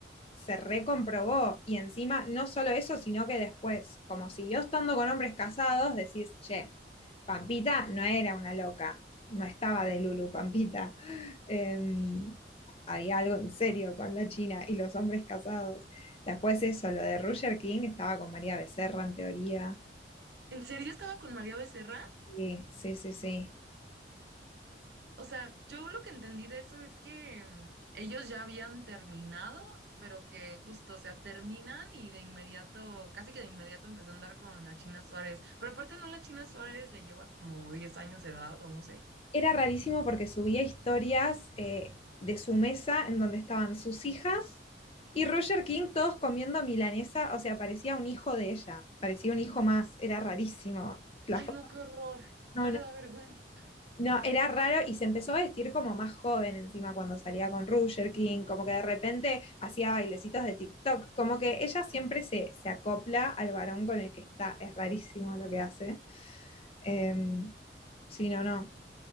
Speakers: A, on the left; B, on the right.
A: se recomprobó. Y encima, no solo eso, sino que después, como siguió estando con hombres casados, decís, che, Pampita no era una loca, no estaba de Lulu Pampita. Eh, había algo en serio con la China y los hombres casados. Después eso, lo de Roger King estaba con María Becerra en teoría.
B: ¿En serio estaba con María Becerra?
A: Sí, sí, sí, sí.
B: O sea, yo lo que entendí de eso es que mm, ellos ya habían terminado, pero que justo, o sea, terminan y de inmediato, casi que de inmediato empezó a andar con la China Suárez. Pero aparte no, la China Suárez le lleva como 10 años de edad o no sé.
A: era rarísimo porque subía historias eh, de su mesa en donde estaban sus hijas y Roger King todos comiendo milanesa, o sea, parecía un hijo de ella, parecía un hijo más, era rarísimo. La
B: Ay,
A: fo-
B: no, qué horror.
A: no,
B: No
A: no,
B: le da vergüenza.
A: no, era raro y se empezó a vestir como más joven encima cuando salía con Roger King, como que de repente hacía bailecitos de TikTok, como que ella siempre se, se acopla al varón con el que está, es rarísimo lo que hace. Em, sí, no, no.